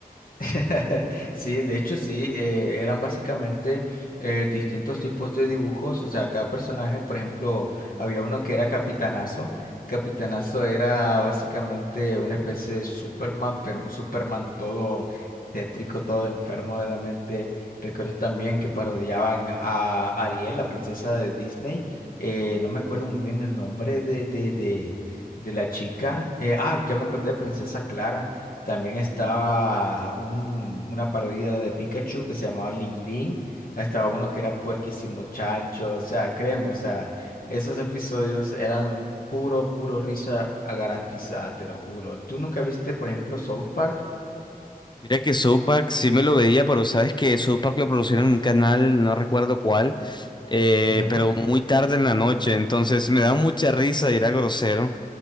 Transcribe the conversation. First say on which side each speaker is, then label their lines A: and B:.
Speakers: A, on the left; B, on the left.
A: <laughs> Sí, de hecho sí, eh, eran básicamente eh, distintos tipos de dibujos, o sea, cada personaje, por ejemplo, había uno que era Capitanazo, Capitanazo era básicamente una especie de Superman, pero un Superman todo tétrico, todo enfermo de la mente. Recuerdo también que parodiaban a Ariel, la princesa de Disney, eh, no me acuerdo muy bien el nombre de, de, de, de la chica, eh, ah, ya me acordé, Princesa Clara. También estaba un- una parodia de Pikachu que se llamaba Ling Ling. Estaba uno que era Puerquísimo Chancho. O sea, créeme, o sea, esos episodios eran puro, puro risa garantizada, te lo juro. ¿Tú nunca viste, por ejemplo, South Park?
B: Mira que South Park sí me lo veía, pero sabes que South Park lo producían en un canal, no recuerdo cuál, eh,
A: Ujú.
B: pero muy tarde en la noche, entonces me daba mucha risa y era grosero.